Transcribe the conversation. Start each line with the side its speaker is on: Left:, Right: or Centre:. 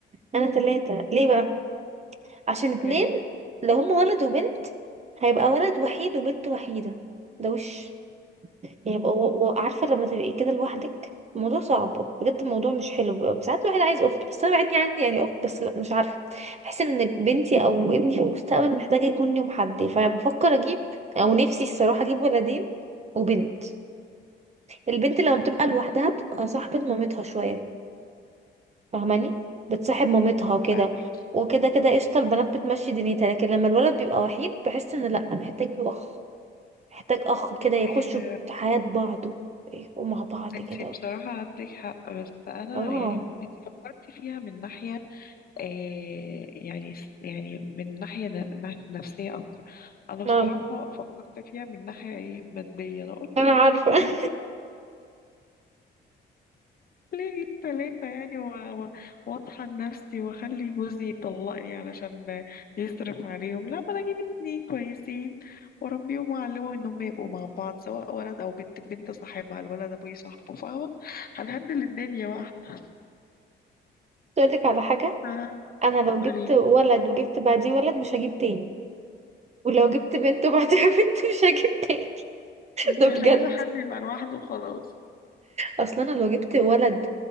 Right: انا تلاتة ليه بقى عشان اتنين
Left: إيه؟
Right: لو هما ولد وبنت هيبقى ولد وحيد وبنت وحيدة ده وش يعني يبقى و... و... عارفة لما تبقي كده لوحدك الموضوع صعب بجد الموضوع مش حلو بيبقى ساعات الواحد عايز أخت بس أنا عندي عندي يعني أخت بس لأ مش عارفة بحس إن بنتي أو ابني في المستقبل محتاج يكون ليهم حد فبفكر أجيب أو نفسي الصراحة أجيب ولدين وبنت البنت لما بتبقى لوحدها بتبقى صاحبة مامتها شوية فاهماني بتصاحب مامتها وكده
Left: فاهمك
Right: وكده كده قشطة البنات بتمشي دنيتها لكن لما الولد بيبقى وحيد بحس ان لأ محتاج له أخ محتاج أخ كده يخشوا
Left: آه،
Right: حياة بعض ومع بعض
Left: انت
Right: كده
Left: بصراحة عندك حق بس انا
Right: اه
Left: يعني انت فكرتي فيها من ناحية آه، يعني يعني من ناحية ن- ن- نفسية اكتر انا
Right: اه
Left: بصراحة فكرت فيها من ناحية ايه مادية انا قلت
Right: انا
Left: ايه
Right: عارفه
Left: ليه
Right: <laughs>
Left: ليه جيب تلاتة يعني و- و- واطحن نفسي واخلي جوزي يطلقني علشان يصرف عليهم لا ما انا اجيب اتنين كويسين واربيهم واعلمهم ان هم يبقوا مع بعض سواء ولد او بنت البنت صاحبها الولد ابوي صاحبه فاهمة هنهندل الدنيا بقى <laughs>
Right: اقولك على حاجه
Left: آه،
Right: انا لو جبت
Left: قوليلي
Right: ولد وجبت بعديه ولد مش هجيب تاني ولو جبت بنت وبعديها <laughs> بنت مش هجيب تاني
Left: انت
Right: ده بجد
Left: مش عايزة حد يبقى لوحده وخلاص
Right: اصلا انا لو جبت ولد